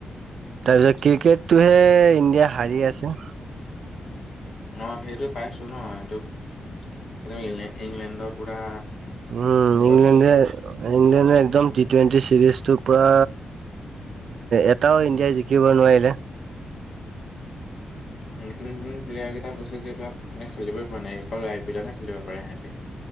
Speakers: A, on the right; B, on the left.
A: তাৰপিছত ক্ৰিকেটটোহে ইণ্ডিয়া হাৰি আছে।
B: অ', সেইটো পাইছোঁ ন, এইটো এইটো ইং ইংলেণ্ডৰ পৰা
A: উম
B: লগত
A: ইংলেণ্ডে
B: খেলিবই নাই।
A: ইংলেণ্ডে একদম টি টুৱেণ্টি চিৰিজটো পুৰা এটাও ইণ্ডিয়াই জিকিব নোৱাৰিলে।
B: নতুন নতুন প্লেয়াৰ কেইটা কৈছে যে এই বা মানে খেলই পৰা নাই অকল আই পি এল হে খেলিব পাৰে সিহঁতি। <inaudible>